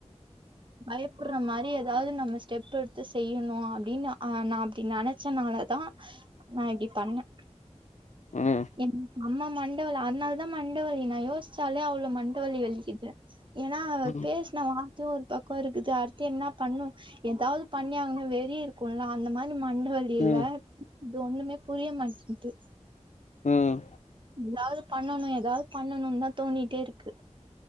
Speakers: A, on the right (about 45°); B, on the left (about 75°).
A: பயப்படுற மாரி ஏதாவது நம்ம ஸ்டெப் எடுத்து செய்யணு அப்டின்னு அ நா அப்டி நெனைச்சனால தா நா இப்டி பண்ணே
B: ம்
A: எனக்கு அம்மா மண்டவலி அதனால தா மண்டவலி நா யோசிச்சாலே அவ்ளவு மண்டவலி வலிக்குது ஏன்னா அவே
B: ம்
A: பேசின வார்த்தையு ஒரு பக்கோ இருக்குது அடுத் து என்ன பண்ணு ஏதாவது பண்ணியாகனு வெறி இருக்குலா அந்த மாரி மண்ட வலில்ல
B: ம்
A: இது ஒண்ணுமே புரிய மாட்டேன்து
B: ம்
A: ஏதாவது பண்ணணு ஏதாவது பண்ணணு தா தோணிட்டே இருக்கு